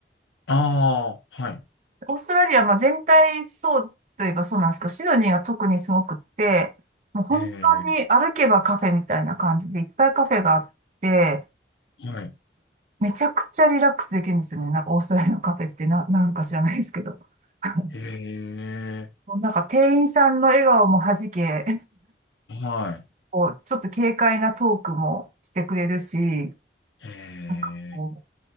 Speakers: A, on the left; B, on the right.
A: あ、はい。
B: オーストラリア、まあ、全体そうといえばそうなんですけど、シドニーが特にすごくって、もう本当に歩けばカフェみたいな感じでいっぱいカフェがあって、
A: ええ、はい。
B: めちゃくちゃリラックスできるんですよね。なんかオーストラリアのカフェってな、なんか知らないですけど。<laughs>
A: ええ、
B: なんか店員さんの笑顔もはじけ、
A: はい。
B: こう、ちょっと軽快なトークもしてくれるし、な
A: え
B: んかこ